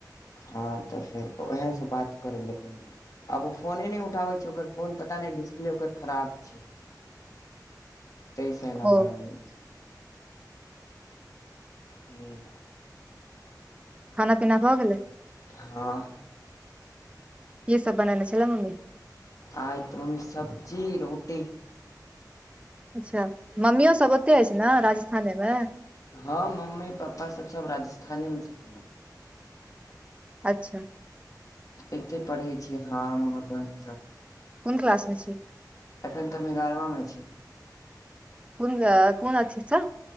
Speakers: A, on the left; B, on the right.
A: हां त फेर उएह से बात करै ला कहल आब ओ फोने नै उठाबै छै ओकर फोन पता नै डिस्प्ले ओकर खराब छै। तै से एना
B: ओ
A: भ रहलै हुं
B: खाना पीना भ गेलै
A: हां
B: की सब बनैने छलै मम्मी
A: आइ त मम्मी सब्जी रोटी
B: अच्छा, मम्मियो सब ओतहि अछि न राजस्थाने मे
A: हां मम्मी पापा सब सब राजस्थाने मे छथिन न
B: अच्छा
A: एतै पढ़य छियै हम हमर बहिन स
B: कोन क्लास मे छी
A: एखन त हम एगारमा मे छी
B: कोन ज कोन अथि स